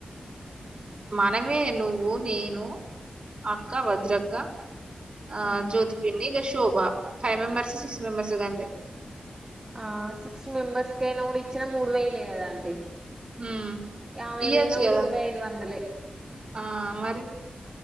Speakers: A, on the right; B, on the right.
A: మనమే నువ్వు నేను అక్క వజ్రక్క ఆ
B: ఉమ్,
A: జ్యోతి పిన్ని ఇగ Shobha five members six members గా అంతే
B: ఆ సిక్స్ మెంబర్స్ కైనా గుడా ఇచ్చినా మూడు వేలే కదా ఆంటీ
A: ఉమ్
B: ఆమెయి
A: ఇయ్యొచ్చు
B: పొయినా గుడా
A: కదా
B: ఇరవై ఐదు వందలే
A: ఆ మరి